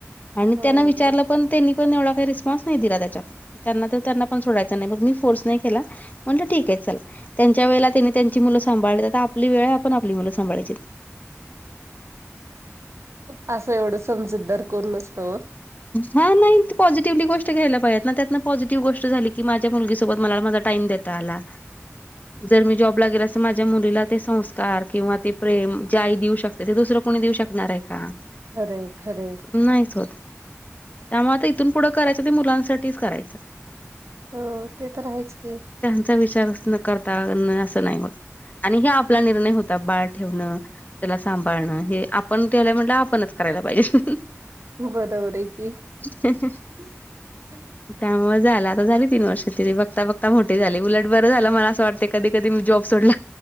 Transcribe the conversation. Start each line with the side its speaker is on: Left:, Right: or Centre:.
Left: आणि
Right: हो
Left: त्यांना विचारलं पण त्यांनी पण एवढा काही रिस्पॉन्स नाही दिला त्याच्यात. त्यांना तर त्यांना पण सोडायच नाही, मग मी फोर्स नाही केला म्हटलं ठीक आहे चला, त्यांच्या वेळेला त्यांनी त्यांची मुलं सांभाळीत, आता आपली वेळ आपण आपली मुलं सांभाळायची.
Right: असं एवढं समजूतदार कोण नसतं ओ.
Left: हा नाहीत पॉझिटिवली गोष्ट घ्यायला पाहिजेत ना, त्यात पॉझिटिव्ह गोष्ट झाली की, माझ्या मुलगीसोबत मला माझा टाईम देता आला.
Right: <inaudible>
Left: जर मी जॉबला गेले असते, माझ्या मुलीला ते संस्कार किंवा ते प्रेम जे आई देऊ शक तर ते दुसरं कोणी देऊ शकणार आहे का?
Right: खरंय खरंय.
Left: नाहीच होत. त्यामुळे आता इथून पुढं करायचं ते मुलांसाठीच करायचं.
Right: हो ते तर आहेचं की.
Left: त्यांचा विचार न करता असं नाही मग. आणि हे आपला निर्णय बाळ ठेवणं. त्याला सांभाळणं हे आपण केलाय म्हणाल्यावर आपणच करायला पाहिजे.
Right: बरोबर आहे की.
Left: <inaudible>
Right: <inaudible>
Left: त्यामुळे झालं आता झाली तीन वर्ष तरी बघता बघता मोठी झाली उलट बरं झालं मला असं वाटतंय कधी कधी मी जॉब सोडला.